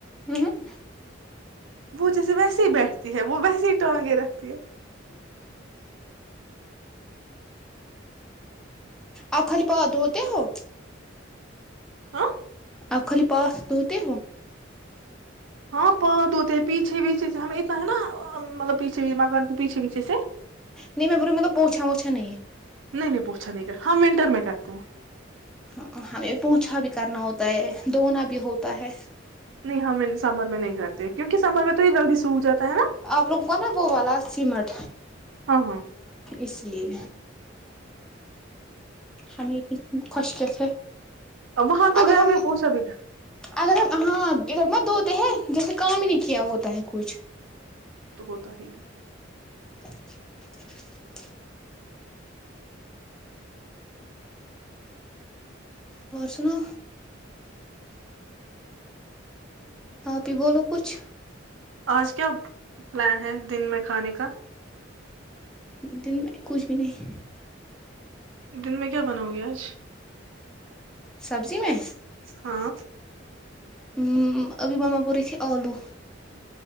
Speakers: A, in the centre; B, on the right.
A: ہوں
B: وہ جیسے ویسے ہی بیٹھتی ہے وہ ویسے ہی ٹانگے رکھتی ہے
A: آپ خالی پا دھوتے ہو
B: ہاں
A: آپ خالی پاس دھوتے ہو
B: ہاں پاد ہوتے ہیں پیچھے پیچھے سے ہمیں اتنا ہے نا مطلب پیچھےچھے مکان کے پیچھے پیچھے سے
A: نہیں میں برے مطلب پوچھا ووچھا نہیں
B: نہیں نہیں پوچھا نہیں گ ہم ونٹر میں کرتے ہیں
A: ہاں ہمیں پونچھا بھی کرنا ہوتا ہے دنا بھی ہوتا ہے
B: نہیں ہم سمر میں نہیں کرتے کیونکہ سمر میں تو یہ جلدی سوکھ جاتا ہے نا
A: آپ لوگ کو ن وہ والا سیمٹ
B: ہاں ہاں
A: اس لیے ہمیں یہ خش کے سےے
B: وہاں تو
A: اگر
B: گھر
A: ہم
B: میں پوچھا بھی
A: اگر ہم ہاں اھر مت دھوتے ہیں جیسے کام نہیں کیا ہوتا ہے کچھ
B: تو ہوتا ہی ہے
A: <unintelligible> اور سناؤ آپ ہی بولو کچھ
B: آج کیا پلان ہے دن میں کھانے کا
A: دن میں کچھ بھی نہیں
B: دن میں کیا بناؤ گے آج
A: سبزی میں
B: ہاں
A: ہ ابھی ماما پ رہی تھی آلو